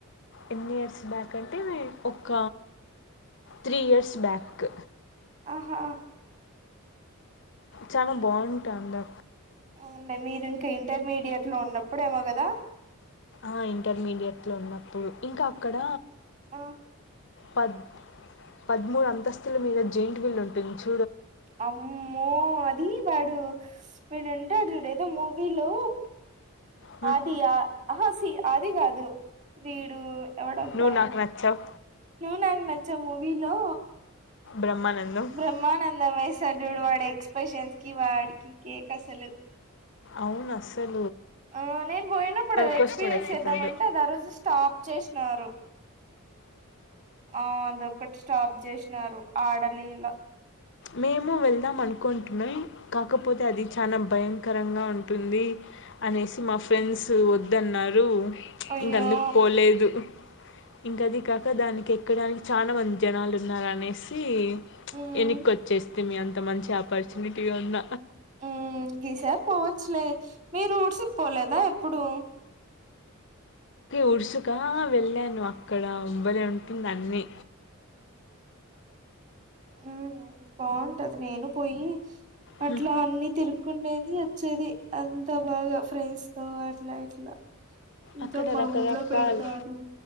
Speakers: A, on the left; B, on the right.
A: ఎన్ని ఇయర్స్ బ్యాక్ అంటే ఏ ఒక త్రీ ఇయర్స్ బ్యాక్
B: ఆహా
A: చాలా బాగుంటాండే
B: అవున్లే మీరు ఇంకా ఇంటర్మీడియట్ లో ఉన్నప్పుడు ఏమో కదా
A: ఆ ఇంటర్మీడియట్ లో ఉన్నప్పుడు ఇంకా అక్కడ
B: ఆ
A: పద్ పద్మూడు అంతస్తుల మీద జెయింట్ వీల్లు ఉంటుంది చు
B: అమ్మో అది వాడు వీడుంటాడు ఏదో మూవీలో
A: హ్మ్.
B: ఆది ఆ ఆహా సి ఆది కాదు వీడు ఎవడబ్బా
A: నువ్వు నాకు నచ్చావు
B: నువ్ నాకు నచ్చావు మూవీలో
A: బ్రహ్మానందం
B: బ్రహ్మానందం వేస్తాడు చుడు వాడి ఎక్స్ప్రెషన్స్ కి వాడికి కేక అసలు
A: అవును అస్సల్
B: ఆ నేను పోయినప్పుడు అది
A: కోస్టర్
B: ఎక్స్పీరియన్స్
A: ఎక్కుతాడు
B: చేద్దామంటే అది ఆ రోజు స్టాప్ చేసినారు ఆ అదొక్కటి స్టాప్ చేసినారు ఆడలిలా
A: మేము వెళ్దాం అనుకుంటిమి కాకపోతే అది చానా భయంకరంగా ఉంటుంది అనేసి మా ఫ్రెండ్స్ వద్దన్నారు
B: అయ్యో
A: ఇంక అందుకు పోలేదు ఇంకా అది కాక దానికి ఎక్కడానికి చానా మంది జనాలు ఉన్నారు అనేసి
B: మ్మ్
A: ఎని వచ్చేస్థిమి అంత మంచి ఆపర్చునిటీగా ఉన్న
B: ఉ ఈసారి పోవచ్చులే మీరు ఉడ్స్కా పోలేదా ఎప్పుడు
A: ఉడ్స్కా వెళ్ళాను అక్కడ బలే ఉంటుంది అన్నీ
B: ఉ బాగుంటది నేను పోయి అట్లా
A: హ్మ్.
B: అన్ని తిరుకుండేది వచ్చేది అంతా బాగా ఫ్రెండ్స్ తో అట్లా ఇట్లా ఇంతా
A: అక్కడ
B: మా
A: రకరకాల్
B: ఊట్లో పెడతారు